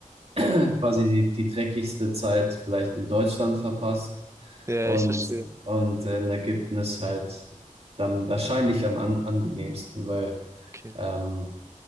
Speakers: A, on the right; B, on the right.
A: <clears throat> quasi die, die dreckigste Zeit vielleicht in Deutschland verpasst
B: Ja,
A: und,
B: ich verstehe.
A: und in Ägypten ist halt dann wahrscheinlich am an, angenehmsten, weil
B: Okay.
A: Ähm,
B: Nee,